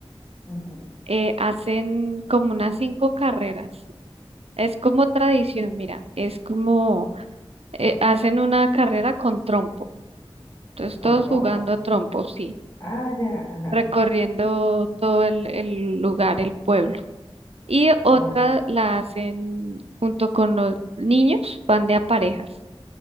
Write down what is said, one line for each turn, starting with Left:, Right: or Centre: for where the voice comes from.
Left: ujú.
Right: eh, hacen como unas cinco carreras. Es como tradición, mira, es como eh, hacen una carrera con trompo. Entonces todos
Left: Con trompo.
Right: jugando trompo, sí,
Left: Ah, ya, ajá.
Right: recorriendo todo el, el lugar, el pueblo. Y otra
Left: Ah, ok.
Right: la hacen junto con los niños, van de a parejas.